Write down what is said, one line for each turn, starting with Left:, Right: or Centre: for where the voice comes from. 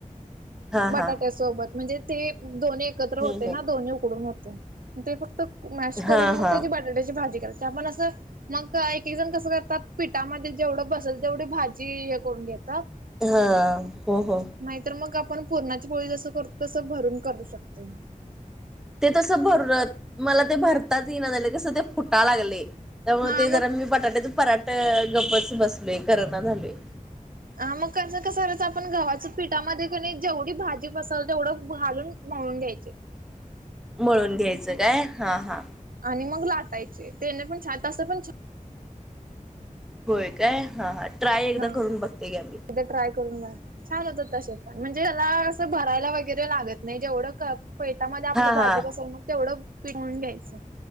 Centre: हा
Right: बटाट्यासोबत
Centre: हा
Right: म्हणजे ते दोन् एकत्र
Centre: हम्म
Right: होते
Centre: हम्म
Right: ना दोन्ही उकडून होतेय. ते फक्त मॅश करून
Centre: हा
Right: मग
Centre: हा
Right: त्याची बटाट्याची भाजी करायची आपण असं मग एकजण कसं कर. तात पिठामध्ये जेवढं बसेल तेवढी भाजी हे करून घेतात.
Centre: हा हो हो,
Right: नाहीतर मग आपण पूरणाची पोळी जस करतो तसं भरून करू शकते.
Centre: ते तसं भरत मला ते भरताच येई ना झाले कसं ते फुटा लागलय. त्यामुळे
Right: हा
Centre: ते जरा
Right: मग
Centre: मी बटाट्यातून पराठ गप्पच बसलो करना झाले.
Right: हा मग कसं कसं करायचं आपण गव्हाच्या पीठामध्य क नाय जेवढी भाजी पसरल तेवढं घालून. मऊून घयचे.
Centre: म्हणून घ्यायचं काय हा हा.
Right: आणि मग लाटायचे ते पण छात असं पण छ''--''
Centre: होय काय हा हा ट्राय
Right: छान
Centre: एकदा
Right: हा
Centre: करून बघते घ्या ते.
Right: एकदा ट्राय करून बा छान होतं तसे पण, म्हणजे याला असं भरायला वगैरे लागत नाही जेवढं कप पेतामध्ये आपलं
Centre: हा
Right: भाजी
Centre: हा
Right: बसल ना तेवढं पिट मळून घ्यायचं.